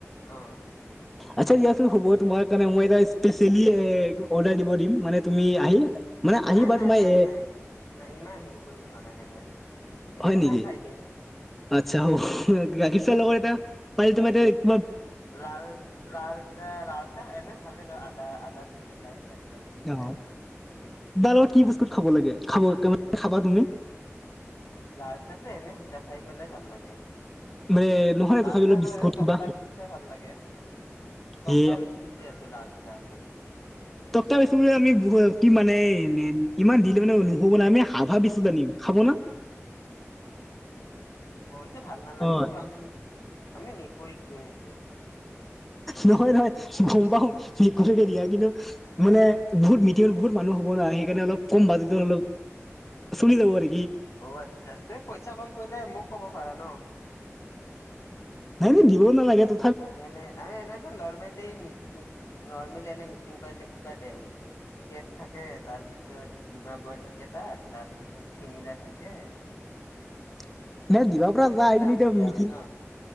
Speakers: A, on the left; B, in the centre.
A: অ
B: আচ্ছা দিয়াচোন হব তোমাৰ কাৰণে মই এটা স্পেচিয়েলি এ ইটো অৰ্ডাৰ দিব দিম, মানে তুমি আহি মানে আহিবা
A: নাই নাই
B: তোমাৰ
A: নাই
B: এ
A: নাই নাই, ইমান হেৰি কৰিব নালাগে দে। একো
B: হয় নিকি?
A: নাই খাই দিম
B: আচ্ছা, অহ গাখীৰ চাহ লগত এটা পাৰিলে তোমাৰ এতিয়া
A: লাল-লাল চাহ, লাল চাহ এনে ভালে আদা-আদা দি পেলাই দি পেলাই
B: অ', <unintelligible> লগত কি বিস্কুত খাব লাগে, খাব <unintelligible> খাবা তুমি
A: লাল চাহটো এনেই সুদা খাই পেলাই ভাল লাগে।
B: মানে নহয়
A: লাল
B: তথাপি
A: চাহ
B: অলপ
A: লগত
B: বিস্কুট
A: টকতা
B: কিবা
A: বিস্কুত খাই ভাল লাগে। টকতা
B: এ
A: বিস্কুত যে আছে লাল চাহ লগত
B: টকতা বিস্কুত মানে আমি কি মানে এই নে ইমান দিলে মানে নুহব না, আমি হাভা বিস্কুত আনিম খাব না?
A: এ ভাল নালাগে,
B: অ
A: সিটো আমি আমি মেকুৰীক দিওঁ সিটো।
B: নহয় নহয় গম পাও মিকুৰীকে দিয়া, কিন্তু মানে বহুত মিতি বহুত মানুহ হ'ব না সেইকাৰণে অলপ কম বাজেটত অলপ, চলি যাব পাৰি।
A: অ' আচ্ছা, তুমি পইচা কম পৰিলে মোক ক'ব পাৰা ন।
B: নাই নাই দিব নালাগে, ত
A: এনে, আৰু এনেটো নৰ্মেলি মি মি নৰ্মেলি এনে মিটিং পাৰে কিবা দেই। কেক থাকে, তাৰপিছত ডিমা বইল থাকে তাত, তাৰপিছত চিঙিৰা থাকে
B: <inaudible> নে দিবা পাৰা
A: টিফিন
B: যায়, কিন্ত
A: লাঞ্চ
B: ইতিয়া
A: দিয়া
B: মিকিৰি
A: হয় ন